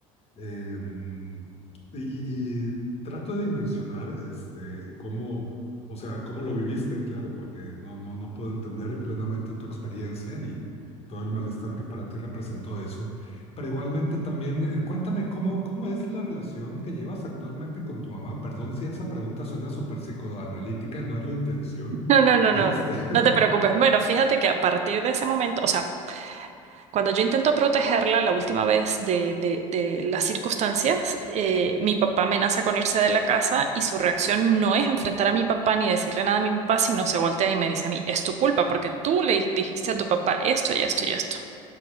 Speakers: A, on the left; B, on the right.
A: Eh, y, y- trato de dimensionar este, cómo, o sea, cómo lo viviste, claro, porque no, no, no puedo entender plenamente tu experiencia y todo el malestar que para ti representó eso. Pero igualmente también, eh, cuéntame, ¿cómo, cómo es la relación que llevas actualmente con tu mamá? Perdón si esa pregunta suena súper psicoanalítica, no es la intención.
B: No, no, no,
A: Este,
B: no,
A: <laughs>
B: no te preocupes. Bueno, fíjate que a partir de ese momento, o sea, cuando yo intento protegerla la última vez de, de- de las circunstancias, eh, mi papá amenaza con irse de la casa y su reacción no es enfrentar a mi papá ni decirle nada a mi papá, sino se voltea y me dice a mí, es tu culpa porque tú le dijiste a tu papá esto y esto y esto,